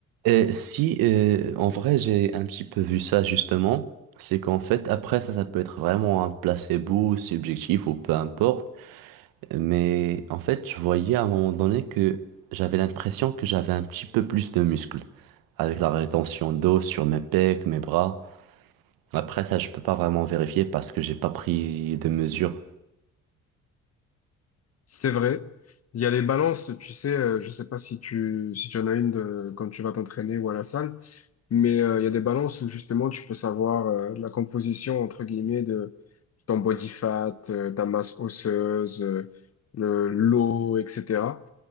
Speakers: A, on the right; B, on the left.
A: Et si, euh, en vrai, j'ai un petit peu vu ça justement, c'est qu'en fait, après ça, ça peut être vraiment un placebo subjectif ou peu importe. Mais en fait, je voyais à un moment donné que j'avais l'impression que j'avais un petit peu plus de muscles, avec la rétention d'eau sur mes pecs, mes bras. Après ça, je peux pas vraiment vérifier parce que j'ai pas pris de mesures.
B: C'est vrai. Il y a les balances, tu sais, euh, je sais pas si tu, si tu en as une de- quand tu vas t'entraîner ou à la salle, mais euh, il y a des balances où justement tu peux savoir euh, la composition, entre guillemets, de ton body fat, euh, ta masse osseuse, euh, le, l'eau, etc.